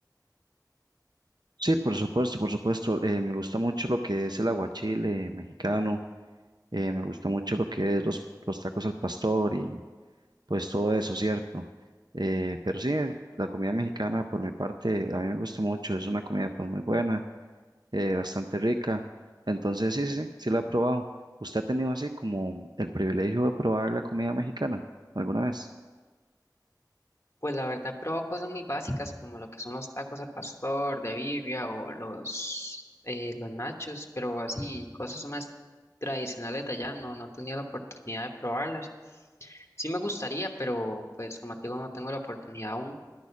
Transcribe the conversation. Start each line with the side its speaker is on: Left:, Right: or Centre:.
Right: Sí, por supuesto, por supuesto. Eh, me gusta mucho lo que es el aguachile mexicano, eh, me gusta mucho lo que es los, los tacos al pastor y pues todo eso, ¿cierto? Eh, pero sí, eh, la comida mexicana por mi parte a mí me gusta mucho, es una comida pues muy buena, eh, bastante rica. Entonces sí, sí, sí, sí la he probado. ¿Usted ha tenido así como el privilegio de probar la comida mexicana alguna vez?
Left: Pues la verdad, he probado cosas muy básicas como lo que son los tacos al pastor, de birria o los, eh, los nachos, pero así cosas más tradicionales de allá no, no he tenido la oportunidad de probarlas. Sí me gustaría, pero pues como te digo, no tengo la oportunidad aún.